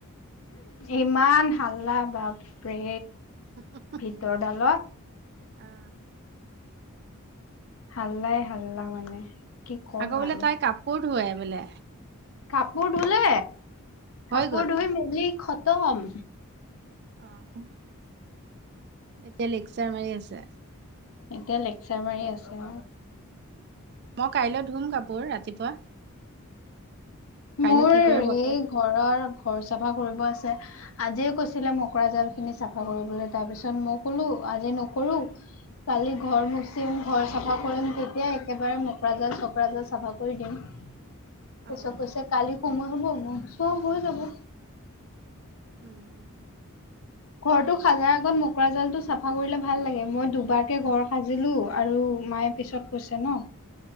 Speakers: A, on the left; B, on the right.
A: ইমান হাল্লা বাপ্পে
B: <unintelligible>
A: দ, ডালত
B: অ'।
A: হাল্লাই, হাল্লা মানে। কি ক'ম
B: আকৌ বোলে
A: আৰু।
B: তাই কাপোৰ ধোৱে বোলে।
A: কাপোৰ ধুলে।
B: হৈ
A: কাপোৰ
B: গ'ল
A: ধুই মেলি খতম।
B: অ'। এতিয়া লেকচাৰ মাৰি আছে।
A: এতিয়া লেকচাৰ মাৰি আছে।
B: মই কাইলৈ ধুম কাপোৰ ৰাতিপুৱা। কাইলৈ
A: মোৰ
B: কি
A: এই
B: কৰে বতৰ
A: ঘৰৰ, ঘৰ চাফা কৰিব আছে। আজিয় কৈছিলে মকৰা জাল খিনি চাফা কৰিবলৈ তাৰ পিছত মই কলো আজি কৰো
B: অ
A: কালি ঘৰ ম ম, ঘৰ চাফা কৰিম তেতিয়া একেবাৰে মোকৰা জাল চকৰা জাল চাফা কৰি দিম। পাৰিছত
B: অ'
A: কৈছে কালি সময় হ'ব ম, চ হৈ যাব।
B: উম।
A: ঘৰটো সাজাৰ আগত মোকৰা জালটো চাফা কৰিলে ভাল লাগে মই দুবাৰকে ঘৰ সাৰিলো আৰু মায় পিছত কৈছে ন।